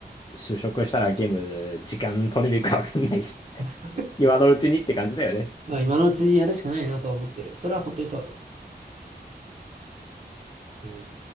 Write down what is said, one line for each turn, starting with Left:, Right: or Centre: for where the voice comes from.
Left: 就職したらゲーム時間取れるかわかんないし、
Right: <laughs>
Left: 今のうちにって感じだよね。
Right: まあ今のうちにやるしかないなとは思ってる。それは本当にそうだと思う。うん